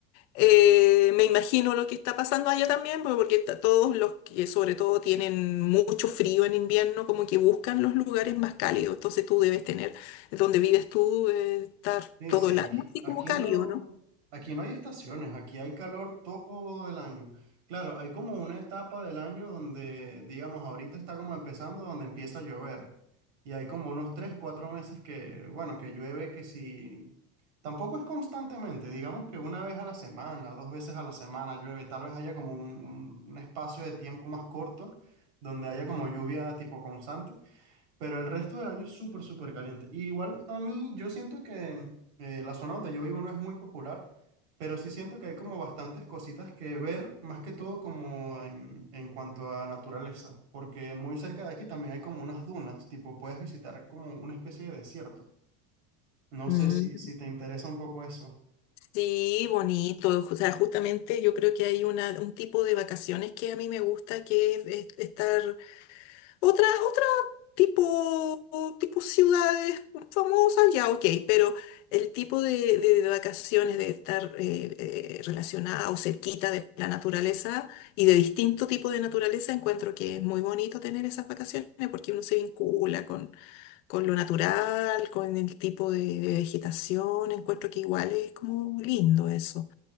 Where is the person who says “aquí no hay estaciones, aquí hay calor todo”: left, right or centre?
Right